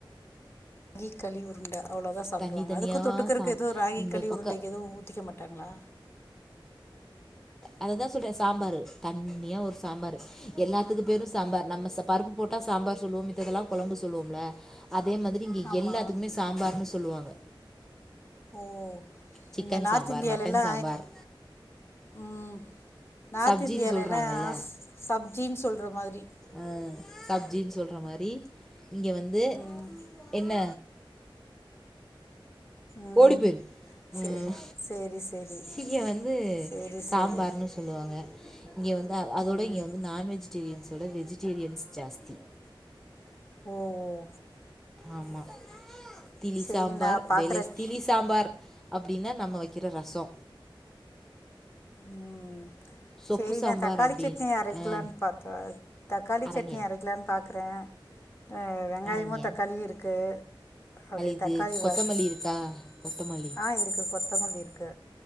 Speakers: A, on the left; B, in the centre.
A: கி களி உருண்ட அவ்ளதா சாப்டுவாங்க
B: தண்ணி தண்ணியாக
A: அதுக்கு தொட்டுக்கருக்கு
B: சாம்
A: எது ராகி
B: இந்த
A: களி
B: பக்கம்
A: உருண்டைக்கு எதுவு ஊத்திக்க மாட்டாங்களா?
B: அததா சொல்ற சாம்பாரு தண்ணியா ஒரு சாம்பாரு எல்லா துக்கு பேரு சாம்பார் நம்ம ச பருப்பு போட்டா சாம்பார் சொல்வோ மித்ததெல்லா கொழம்பு சொல்லுவோம்ல அ அதேமா ரி இங்க
A: ஆமாம்
B: எல்லாத்துக்குமே சாம்பார்ன்னு சொ சொல்லுவாங்க
A: ஓ
B: சிக்கன்
A: இந்த நார்த்
B: சாம்பார்
A: இன்டியாலலா
B: மட்டன் சாம்பார்
A: ம் நார்த்
B: சப்ஜின்னு
A: இந்தியாலலா
B: சொல்கிறாங்கல்ல
A: சப்ஜின்னு சொல்ற மாதிரி
B: ஆ சப்ஜின்னு சொல்ற மாரி இங்க வந்து
A: ம்
B: என்ன
A: ம்
B: ஓடி போய்ரு
A: சரி
B: ம்
A: சரி சரி
B: இங்க வந்து
A: சரி
B: சாம்பார்ன்னு
A: சரி
B: சொல்லுவாங்க இங்க வந்து அதோட
A: ம்
B: இங்க வந்து நான் வெஜிடேரியஸ் ஓட வெஜி டேரியன்ஸ் ஜாஸ்தி
A: ஓஓ
B: ஆமா திளி
A: சரி
B: சாம்பார்
A: நான் பார்க்குறேன்
B: வேலே திளி சாம்பார் அப்டின்னா நம்ம வைக்கிற ரசோ
A: ம்
B: சொப்பு
A: செரி
B: சாம்பார்
A: நா தக்காளி
B: அப்படின்னு
A: சட்னி அரைக்கலாம்னு பாத்தா தக்காளி
B: அரங்க
A: சட்னி அரைக்கலான்னு பாக் குறே அ வெங்காயமு
B: அரங்க
A: தக்காளியு இருக்கு அப்டியே
B: இது
A: தக்காளி
B: கொத்தமல்லி
A: வ
B: இருக்கா கொத்தமல்லி
A: ஆ இருக்கு கொத்தமல்லி இருக்கு